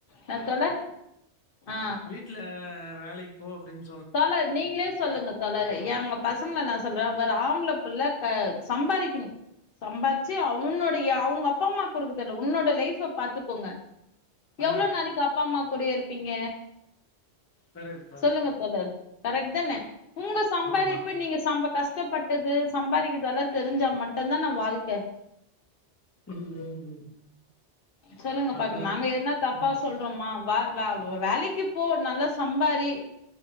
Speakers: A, on the left; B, on the left.
A: நா தோழர் ஆ
B: வீட்ல வேலைக் போ அப்டின்
A: தோழர் நீங்களே சொல்லுங்க தோழர் எ ஏ உங்க பசங்கள நா சொல்றே ஒரு ஆம்ப்ளபுள்ள க சம்பாரிக்கணூ சம்பாரிச்சு அவன்னோடைய அவுங்க அப்பாம்மாக் குடுக்க தேவல்ல உன்னோட லைஃப்ப பாத்துக்கோங்க
B: ஆ
A: எவ்ளோ நாளிக்கு அப்பாம்மாக் கூடயே இருப்பீங்க
B: கரேட் தா
A: சொல்லுங்க தோழர் கரெட் தான உங்க சம்பாரிப்பு
B: ஆமா.
A: நீங்க சம்ப கஷ்டப்பட்டது சம்பாரிக்கிற்தெல்லா தெரிஞ்சா மட்டுந்தான வாழ்க்க
B: ம் ம்
A: சொல்லுங்க
B: அதான்.
A: பாக் நாங்க என்னா தப்பா
B: ம்.
A: சொல்றோமா வே வே வேலக்கி போ நல்லா சம்பாரி